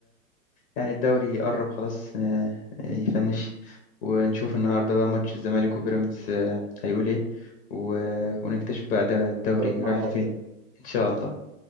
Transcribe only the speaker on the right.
اتفرج مع
بعض